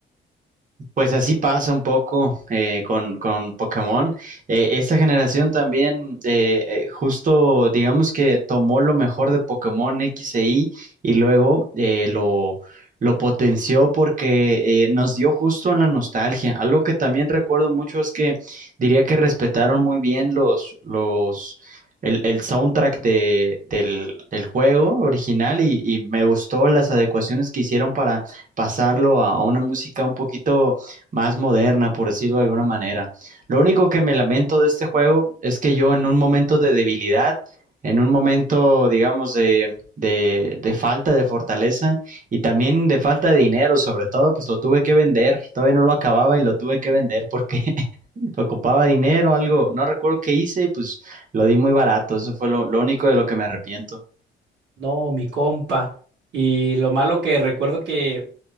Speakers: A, on the right; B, on the right.
A: Pues así pasa un poco eh, con, con Pokémon. Eh, esta generación también eh, eh, justo digamos que tomó lo mejor de Pokémon X e Y y luego eh, lo, lo potenció porque eh, nos dio justo en la nostalgia. Algo que también recuerdo mucho es que diría que respetaron muy bien los, los, el, el soundtrack de, del, del juego original y, y me gustó las adecuaciones que hicieron para pasarlo a, a una música un poquito más moderna, por decirlo de alguna manera. Lo único que me lamento de este juego es que yo en un momento de debilidad, en un momento, digamos, de, de, de falta de fortaleza y también de falta de dinero, sobre todo, pues lo tuve que vender. Todavía no lo acababa y lo tuve que vender porque <laughs> ocupaba dinero, algo, no recuerdo qué hice y pues lo di muy barato. Eso fue lo, lo único de lo que me arrepiento.
B: No, mi compa. Y lo malo que recuerdo que